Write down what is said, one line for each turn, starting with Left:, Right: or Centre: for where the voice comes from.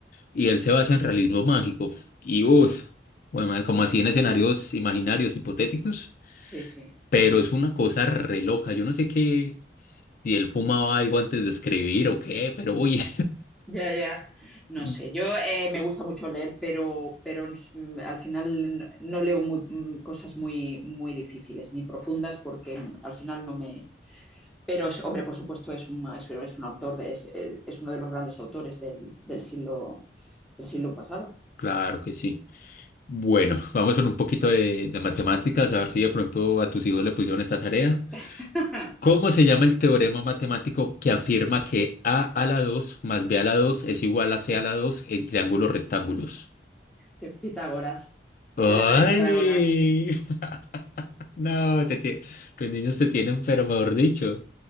Left: y él se basa en realismo mágico. Y uff, bueno, como así en escenarios imaginarios, hipotéticos.
Centre: Sí, sí.
Left: Pero es una cosa re loca. Yo no sé qué, si él fumaba algo antes de escribir o qué, pero oye,
Centre: Ya, ya. No
Left: <laughs>
Centre: sé, yo eh, me gusta mucho leer, pero, pero mm, al final no no leo mu- mm, cosas muy, muy difíciles ni profundas porque mm, al final no me, Pero, es, hombre, por supuesto, es un, es, es un autor, de, es, es uno de los grandes autores del, del siglo, del siglo pasado.
Left: claro que sí. Bueno, vamos con un poquito de, de matemáticas, a ver si de pronto a tus hijos le pusieron esta tarea.
Centre: <laughs>
Left: ¿Cómo se llama el teorema matemático que afirma que a a la 2 más b a la dos es igual a c a la 2 en triángulos rectángulos?
Centre: De Pitágoras,
Left: ¡Ay!
Centre: teorema de Pitágoras.
Left: <laughs> No, te tie- los niños te tienen, pero mejor dicho.